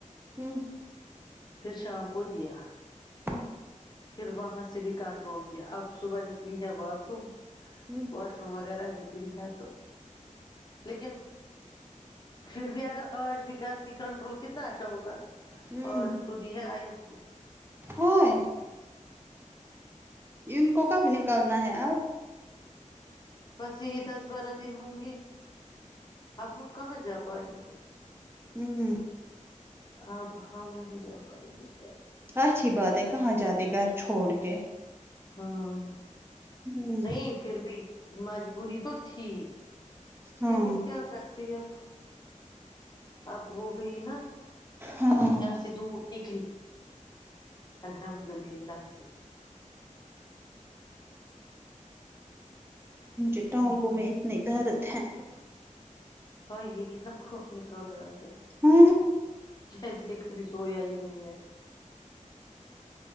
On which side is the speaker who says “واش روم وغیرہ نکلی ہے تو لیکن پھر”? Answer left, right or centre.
Left